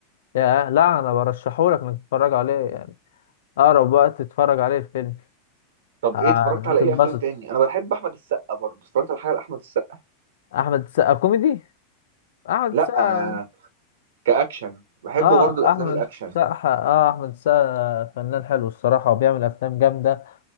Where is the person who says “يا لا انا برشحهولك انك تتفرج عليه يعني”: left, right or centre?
Left